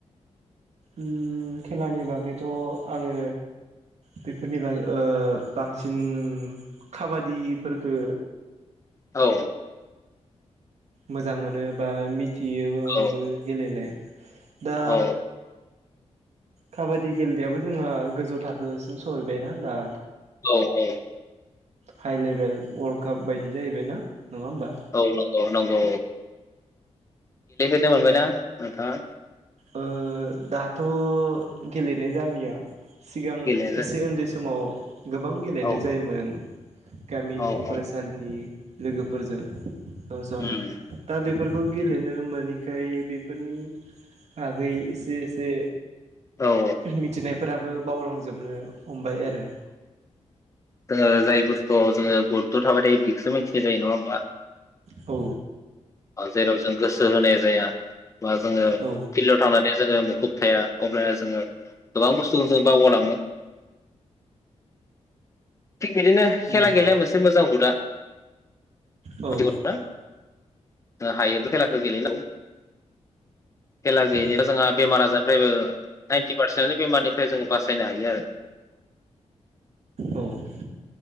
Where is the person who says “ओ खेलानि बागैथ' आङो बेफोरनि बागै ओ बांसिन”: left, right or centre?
Right